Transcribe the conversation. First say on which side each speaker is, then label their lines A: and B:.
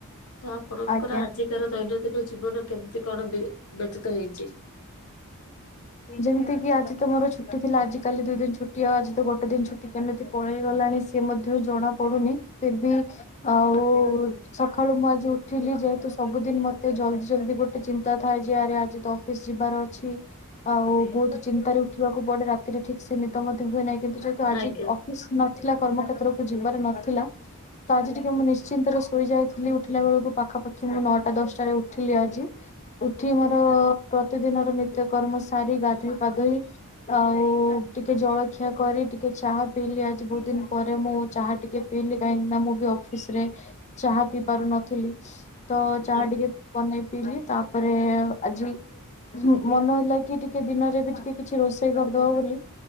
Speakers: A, on the left (about 70°); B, on the left (about 30°).
A: ତ ଆପଣଙ୍କର
B: ଆଜ୍ଞା,
A: ଆଜିକାର ଦୈନନ୍ଦିନ ଜୀବନ କେମିତି କଣ ବେ ବ୍ୟତୀତ ହେଇଛି?
B: ଏଇ ଯେମିତି କିି ଆଜି ତ ମୋର ଛୁଟି ଥିଲା ଆଜି କାଲି ଦୁ ଦିନ ଛୁଟି ଆଉ ଆଜି ତ ଗୋଟେ ଦିନ ଛୁଟି କେମିତି ପଳେଇ ଗଲାଣି ସେ ମଧ୍ୟ ଜଣା ପଡୁନି। ଫିର ବି ଆଉ ସକାଳୁ ମୁଁ ଆଜି ଉଠ ଠିଲି ଯେହେତୁ ସବୁଦିନ ମତେ ଜଲଦି ଜଲଦି ଗୋଟେ ଚିନ୍ତା ଥାଏ ଯେ ଆରେ ଆଜି ତ ଅଫିସ ଯିବାର ଅଛି। ଆଉ ବହୁତ ଚିନ୍ତାରେ ଉଠିବାକୁ ପଡେ ରାତିରେ ଠିକ ସେ ନିଦ ମଧ୍ୟ ହୁଏ ନାହିଁ କିନ୍ତୁ ଯେହେତୁ ଆଜି
A: ଆଜ୍ଞା
B: ଅଫିସ ନଥିଲା କର୍ମ କ୍ଷେତ୍ରକୁୁ ଯିବାର ନଥିଲା ତ ଆଜି ଟିକେ ମୁଁ ନିଶ୍ଚିନ୍ତରେ ଶୋଇ ଯାଇଥିଲି ଉଠିଲା ବେଳକୁ ପାଖାପାଖି ମୁଁ ନଅଟା ଦଶଟାରେ ଉଠିଲି ଆଜି। ଉଠି ମୋର ପ୍ରତିଦିନର ନିତ୍ୟକର୍ମ ସାରି ଗାଧୋଇ ପାଧୋଇ ଆଉ ଟିକେ ଜଳଖିଆ କରି ଟିକେ ଚାହା ପିଇଲି ଆଜି ବହୁତ ଦିନ ପରେ ମୁଁ ଚାହା ଟିକେ ପିିଇଲି କାହିଁକି ନା ମୁଁ ବି ଅଫିସ ରେ ଚାହା ପିଇ ପାରୁନଥିଲି। ତ ଚାହା
A: ଆଜ୍ଞା
B: ଟିକେ ବନେଇ ପିଇଲିି ତାପରେ ଆଜି ମନ ହେଲା ଟିକେ ଦିନରେ ବି ଟିକେ କିଛି ରୋଷେଇ କରିଦବା ବୋଲି।